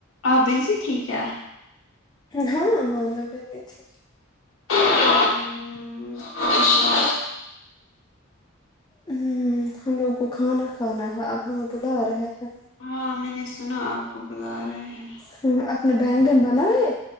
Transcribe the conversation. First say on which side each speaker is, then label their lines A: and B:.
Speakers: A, on the left; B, on the left.
A: آپ بزی تھی کیا
B: ہاں ہاں <unintelligible>
A: اچ <inaudible>
B: ہمم ہم لوگوں کو کھانا کھانا ہے اب ہمیں بلا رہے ہیں
A: ہاں میں نے سنا آپ کو بلا رہے ہیں
B: تھو اپ نے بیگن بناے ہے